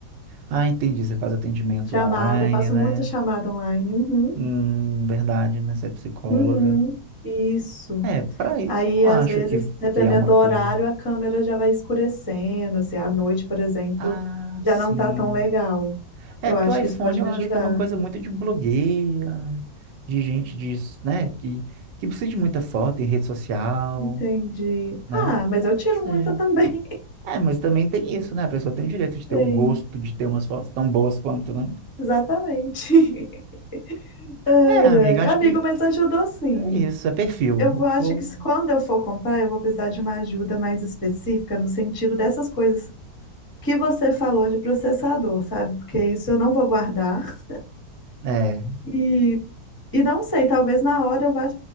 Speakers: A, on the right (about 70°); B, on the left (about 20°).
A: Ah, entendi. Você faz atendimento
B: Chamada,
A: online,
B: eu faço
A: né?
B: muita chamada online. Uhum.
A: Hum, verdade, né? Você é psicóloga.
B: Uhum. Isso.
A: É, para isso
B: Aí,
A: eu não
B: às
A: acho
B: vezes,
A: que,
B: dependendo
A: que é uma
B: do
A: coisa.
B: horário, a câmera já vai escurecendo. Se é à noite, por exemplo,
A: Ah,
B: já
A: sim.
B: não tá tão legal.
A: É,
B: Eu
A: porque
B: acho
A: o iPhone
B: que isso pode
A: eu
B: me
A: acho
B: ajudar.
A: que é uma coisa muito de blogueira, de gente disso, né? Que, que precisa de muita foto em rede social,
B: Entendi.
A: né?
B: Ah, mas eu tiro
A: Não sei.
B: muita também.
A: É, mas também tem isso, né? A pessoa tem o direito de ter
B: <laughs> Sim,
A: o gosto de ter umas fotos tão boas quanto, né?
B: exatamente. <laughs> Ai,
A: É, amiga,
B: ai.
A: acho
B: Amigo,
A: que
B: mas ajudou sim.
A: é isso, é perfil.
B: Eu vou,
A: O que
B: acho
A: for.
B: que se- quando eu for comprar, eu vou precisar de uma ajuda mais específica no sentido dessas coisas que você falou de processador, sabe? Porque isso eu não vou guardar.
A: É.
B: E E não sei, talvez na hora eu vá